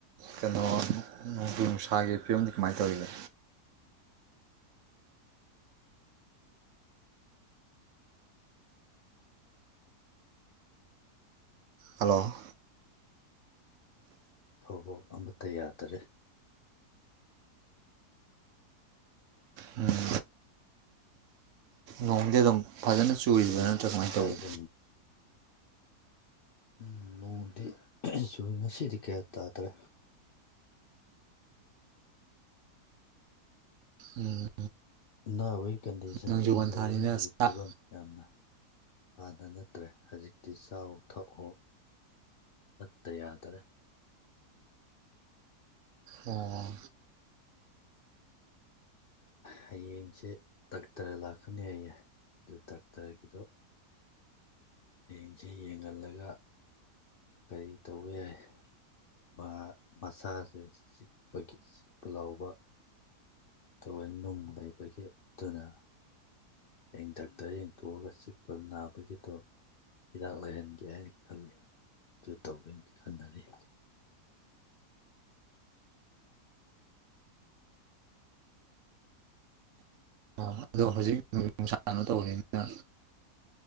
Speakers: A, on the right; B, on the left.
A: ꯀꯩꯅꯣ ꯅꯣꯡꯖꯨ ꯅꯨꯡꯁꯥꯒꯤ ꯐꯤꯕꯝꯗꯤ ꯀꯃꯥꯏꯅ ꯇꯧꯔꯤꯒꯦ꯫ ꯍꯜꯂꯣ
B: ꯐꯧꯕꯨꯛ ꯑꯃꯠꯇ ꯌꯥꯗꯔꯦ꯫
A: ꯎꯝ꯫ ꯅꯣꯡꯗꯤ ꯑꯗꯨꯝ ꯐꯖꯅ ꯆꯨꯔꯤꯕ꯭ꯔꯥ
B: ꯑꯗꯨꯅ
A: ꯅꯠꯇ꯭ꯔꯥ ꯀꯃꯥꯏꯅ
B: ꯍꯥꯏꯕ
A: ꯇꯧꯒꯦ꯫
B: ꯎꯝ ꯅꯣꯡꯗꯤ ꯆꯨꯏ ꯉꯁꯤꯗꯤ ꯀꯌꯥ ꯇꯥꯗ꯭ꯔꯦ꯫
A: ꯎꯝ
B: ꯑꯅꯥꯕꯩ ꯀꯟꯗꯤꯁꯟꯁꯦ
A: ꯅꯣꯡꯖꯨ
B: ꯌꯥꯝ
A: ꯄꯟꯊꯥꯅꯤꯅ
B: ꯂꯨꯔꯦ ꯍꯧꯖꯤꯛ
A: ꯆꯥꯛ
B: ꯐꯤꯕꯝ ꯌꯥꯝꯅ ꯍꯥꯟꯅ ꯅ ꯐꯠꯇ꯭ꯔꯦ ꯍꯧꯖꯤꯛꯇꯤ ꯆꯥꯑꯣ ꯊꯛꯑꯣ ꯑꯃꯠꯇ ꯌꯥꯗꯔꯦ꯫
A: ꯑꯣ꯫
B: ꯍꯌꯦꯡꯁꯦ ꯗꯥꯛꯇ꯭ꯔ ꯂꯥꯛꯀꯅꯦꯌꯦ ꯑꯗꯨ ꯗꯥꯛꯇꯔꯒꯤꯗꯣ ꯍꯌꯦꯡꯁꯦ ꯌꯦꯡꯍꯜꯂꯒ ꯀꯔꯤ ꯇꯧꯕ ꯌꯥꯏ ꯃꯥ ꯃꯁꯥꯁꯦ ꯆꯤꯛꯄꯒꯤ ꯆꯤꯛꯄ ꯂꯥꯎꯕ ꯇꯑꯣꯏ ꯅꯨꯡ ꯂꯩꯕꯒꯤ ꯑꯗꯨꯅ ꯍꯌꯦꯡ ꯗꯥꯛꯇꯔ ꯌꯦꯡꯊꯣꯛꯑꯒ ꯆꯤꯛꯄ ꯅꯥꯕꯒꯤꯗꯣ ꯍꯤꯗꯥꯛ ꯂꯩꯍꯟꯒꯦ ꯍꯥꯏꯅ ꯈꯜꯂꯤ ꯑꯗꯨ ꯇꯧꯒꯦꯅ ꯈꯟꯅꯔꯤ
A: ꯑꯣ ꯑꯗꯣ ꯍꯧꯖꯤꯛ ꯅꯨꯡꯁꯥꯅꯣ ꯇꯧꯅꯤꯅ